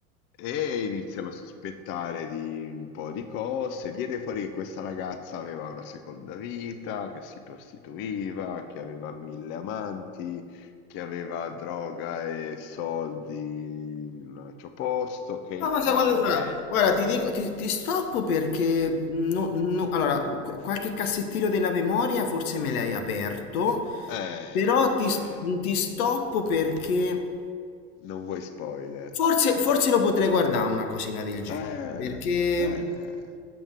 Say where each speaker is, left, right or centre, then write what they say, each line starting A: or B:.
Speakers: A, on the left; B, on the left.
A: e iniziano a sospettare di un po' di cose. Viene fuori che questa ragazza aveva una seconda vita, che si prostituiva, che aveva mille amanti, che aveva droga e soldi in un altro posto, che il
B: no, ma sai,
A: padre...
B: guarda, guarda, guarda, ti dico, ti, ti stoppo perché... no- no- allora, qu- qualche cassettino della memoria forse me l'hai aperto,
A: Eh,
B: però ti,
A: eh,
B: ti stoppo perché...
A: non vuoi spoiler.
B: Forse, forse lo potrei guardare una cosina del genere,
A: Eh,
B: perché
A: eh.